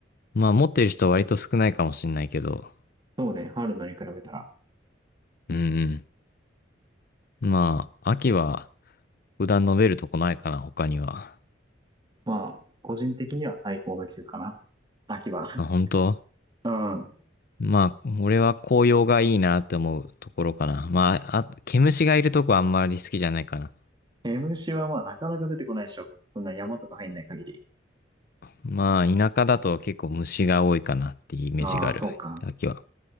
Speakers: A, on the left; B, on the right.
A: まあ持ってる人は割と少ないかもしんないけど。
B: そうね、春菜に比べたら。
A: うんうん。まあ、秋は普段述べるとこないかな、他には。
B: まあ、個人的には最高の季節かな。秋は。
A: あ、本当
B: うん。
A: まあ、俺は紅葉がいいなって思うところかな。まあ、あ、毛虫がいるとこはあんまり好きじゃないかな。
B: 毛虫はまあなかなか出てこないでしょ。そんな山とか入んない限り。
A: まあ、田舎だと結構虫が多いかなっていうイメージがある。
B: ああ、そうか。
A: 秋は。